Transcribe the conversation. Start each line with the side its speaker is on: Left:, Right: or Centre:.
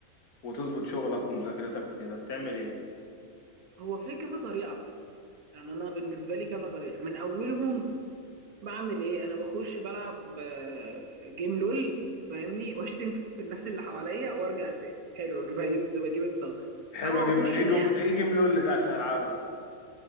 Left: وتظبط شغلك ومذاكرتك وكده بتعمل ايه
Right: هو في كذا طريقه على فكره يعني انا بالنسبه لي كذا طريقه من اولهم بعمل ايه انا بخش بلعب آه، جيم لول فاهمني واشتم في الناس اللي حواليا وارجع تاني حلو بجيب بجيب الطاقه
Left: حلوه
Right: او
Left: جمله
Right: اخش
Left: ايه
Right: انام
Left: جمله ايه جمله اللي ده عشان العبها